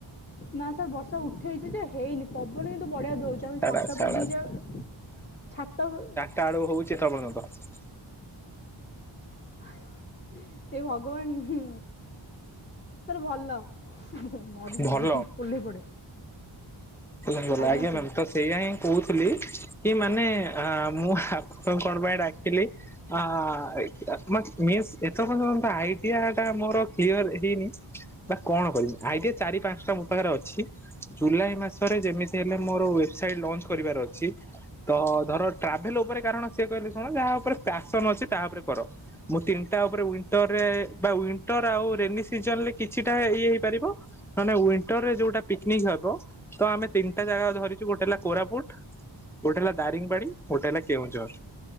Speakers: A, on the left; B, in the centre.
A: ନା ସାର୍ ବର୍ଷା ଉଠେଇଛି ଯେ ହେଇନି ପବନ କିନ୍ତୁ ବଢିଆ ଦଉଚି ଆମେ
B: ଛାଡ
A: ଛାତ
B: ଛାଡ
A: ଉପ ଦି ଜଣ ଛାତ ଉ
B: ତାାଡୁ ହଉଛି ତବନ ତ <unintelligible>
A: ହେ ଏ ଭଗବାନ ତାର ଭଲ। ହେ ମରିଯିବୁ
B: ଭଲ
A: ଓଲେହି ପଡେ।
B: ପୂଜା ଗଲା
A: ଆଜ୍ଞା
B: ଆଜ୍ଞା୍
A: ସାର୍
B: ନାମ୍ ତସ୍‌। ସେଇଆା ହିଁ କହୁଥିଲି କି ମାନେ ଆ ମୁଁ ଆପଣକକଣ ପାଇଁ ଡାକିଲେ। ଆ ଆ ଆ ଏ ମସ ମିସ୍ ଏ ଥର ମୋର ଆଇଡ଼ିଆଟା ମୋର କ୍ଳିଅର ହେଇନି। ବା କଣ କରିବି ଆଇଡିଆ ଚାରି ପାଞ୍ଚଟା ମୋ ପାଖରେ ଅଛି। ଜୁଲାଇ ମାସ ରେ ଯେମିତି ହେଲେ ମୋ ଓଏବ୍ ସାଇଡ୍ ଲଞ୍ଚ କରିବାର ଅଛି। ତ ଧର ଟ୍ରାଭେଲ ଉପରେ କାରଣ ସିଏ କହିଲେ ଶୁଣ ଯାହା ଉପରେ ପ୍ୟାସନ ଅଛି ତାହା ଉପରେ କର। ମୁଁ ତିନିଟା ଉପରେ ଉଇଣ୍ଟରରେ ବା ଉଇଣ୍ଟର ଆଉ ରେନି ସିଜନ୍ ରେ କିଛିଟା ଇଏ ହେଇପାରିବ। ମାନେ ୱିଣ୍ଟର ରେ ଯୋଉଟା ପିକ୍ନିକ ହବ ତ ଆମେ ତିନିଟା ଜାଗା ଧରିଛୁ ଗୋଟେ ହେଲା କୋରାପୁଟ ଗୋଟେ ହେଲା ଦାରିଙ୍ଗବାଡି ଗୋଟେ ହେଲା କେଉଁଝର